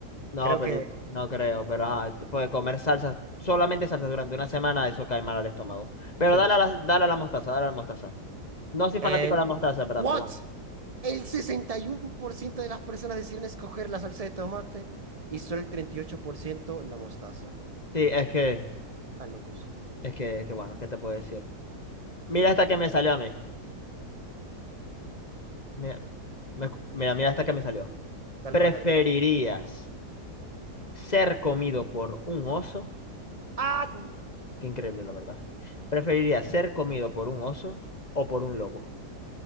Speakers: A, on the left; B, on the right.
A: No,
B: Creo
A: pero
B: que,
A: no creo, pero ajá, puede comer salsas, solamente salsas durante una semana, eso cae mal al estómago. Pero
B: sí,
A: dale
B: yo sé.
A: a la, dale a la mostaza, dale a la mostaza. No soy fanático
B: El,
A: de la mostaza, en verdad,
B: ¿what?
A: pero bueno.
B: El 61% de las personas decidieron escoger la salsa de tomate y solo el 38% la mostaza.
A: Sí, es que,
B: Están locos.
A: es que, que bueno, ¿qué te puedo decir? Mira esta que me salió a mí. Mira, me- mira, mira esta que me salió.
B: Dale,
A: ¿Preferirías
B: dale, dale, mira.
A: ser comido por un oso?
B: Ah,
A: Qué increíble, la verdad. ¿Preferirías ser comido por un oso o por un lobo?